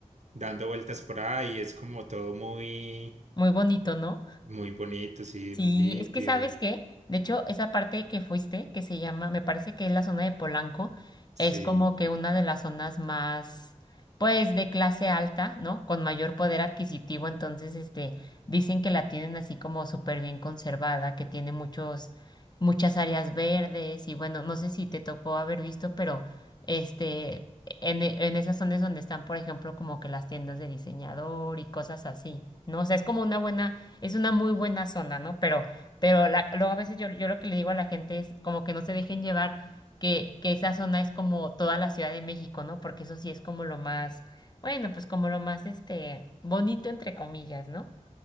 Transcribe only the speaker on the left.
Muy bonito, ¿no?
Sí,
es que sabes
que, de hecho, esa parte que fuiste, que se llama, me parece que es la zona de Polanco,
es como que una de las zonas más, pues, de clase alta, ¿no? Con mayor poder adquisitivo, entonces, este, dicen que la tienen así como súper bien conservada, que tiene muchos, muchas áreas verdes y bueno, no sé si te tocó haber visto, pero, este, en, e- en esas zonas donde están, por ejemplo, como que las tiendas de diseñador y cosas así, ¿no? O sea, es como una buena es una muy buena zona, ¿no? Pero, pero la- luego a veces yo, yo lo que le digo a la gente es como que no se dejen llevar que, que esa zona es como toda la Ciudad de México, ¿no? Porque eso sí es como lo más, bueno, pues como lo más este bonito entre comillas, ¿no?